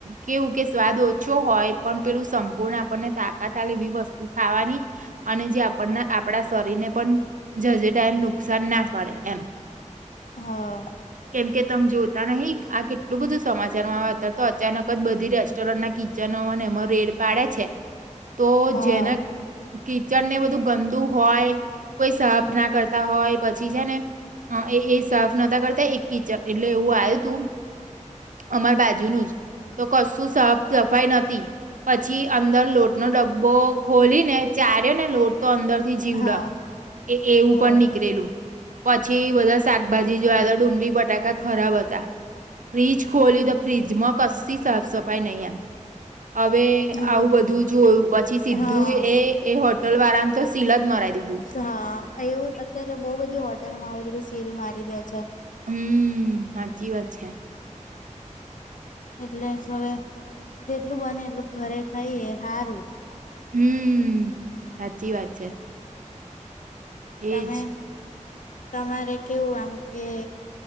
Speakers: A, on the right (about 80°); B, on the left (about 80°).
A: કેવું કે સ્વાદ ઓછો હોય પણ પેલું સંપૂર્ણ આપણને તાકાત લ એવી વસ્તુ ખાવાની અને જે પણ આપણા શરીરને પણ જજેટાઈમ નુકસાન ના કરે એમ
B: હા
A: કેમ કે તમે જોતા નહી આ કેટલું બધું સમાચારમાં આવે અત્યારે તો અચાનક જ બધી રેસ્ટોરન્ટના કિચનો અને એ રેડ પાડે છે તો
B: હા
A: જેના કિચડ ને બધું ગંદુ હોય કોઈ સાફ કના કરતા હોય પછી છે ને એ એ સા તા કરતા એક કિચક એટલે એવું આવ્યું તું અમાર બાજુનું જ તો કશું સાફ સફાઈ નથી પછી અંદર લોટ નો ડબ્બો ખોલી ને ચાર્યોને લોટ તો અંદર જીવડા
B: હા
A: એ એવું
B: ઓ
A: પણ નીકળેલું પછી બધા ભાજી જોયા તો ડુંગળી બટાકા ખરાબ હતા ફ્રિજ ખોલલીયો તો ફ્રિજમાં કસ્સી સાફ સફાઈ નય હવે
B: હા
A: આવું બધું જોયું પછી સીધું
B: હા
A: એ એ હોટલ વાળાને તો સિલજ મરાઈ દીધું
B: હા એવું અત્યારે બહુ બધી હોટેલોમાં આવી રીતે સીલ મારી દે છે.
A: હમ્મ સાચી વાત છે.
B: એટલે હવે જેટલું બને એટલું ઘરે ખાઈ સારું
A: હમ્મ સાચી વાત છે. એ
B: તમે
A: જ
B: તમારે કેવું આમ કે